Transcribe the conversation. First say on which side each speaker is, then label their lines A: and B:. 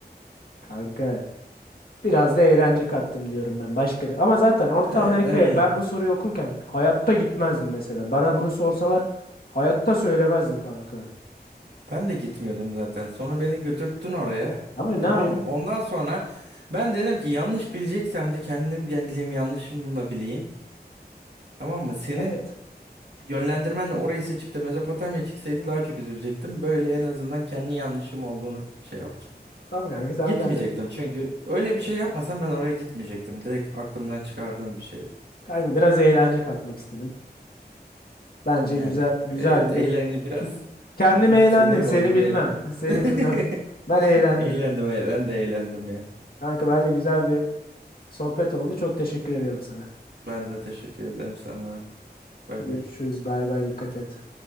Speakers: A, on the left; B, on the right.
A: Kanka biraz da eğlence kattım diyorum ben başka da. Ama zaten Orta
B: Ee,
A: Amerika'ya
B: öyle.
A: ben bu soruyu okurken hayatta gitmezdim mesela. Bana bunu sorsalar hayatta söylemezdim kanka.
B: Ben de gitmiyordum zaten. Sonra beni götürttün oraya.
A: Ama ne
B: Tamam
A: yapayım?
B: mı? Ondan sonra ben dedim ki yanlış bileceksem de kendim bileyim yanlışımla bileyim. Tamam mı? Senin
A: Evet.
B: yönlendirmenle orayı seçip de Mezopotamya çıksaydı daha çok üzülecektim. Böyle en azından kendi yanlışım olduğunu şey yaptım.
A: Tamam kanka sen
B: Gitmeyecektim
A: kendin
B: çünkü öyle bir şey yapmasam ben oraya gitmeyecektim. Direkt aklımdan çıkardığım bir şeydi.
A: kanka biraz eğlence katmak istedim. Bence
B: Yani
A: güzel güzel
B: evet
A: bir
B: eğlen biraz
A: kendim
B: hafif
A: eğlendim
B: sinir
A: seni
B: bozucu
A: bilmem
B: eğlen.
A: <laughs>
B: <laughs>
A: seni bilmem ben eğlendim
B: Eğlendim e, ben de eğlendim ya.
A: kanka bence güzel bir sohbet oldu çok teşekkür ediyorum sana
B: Ben de teşekkür ederim sana. Bay
A: görüşürüz
B: bay.
A: bay bay dikkat et.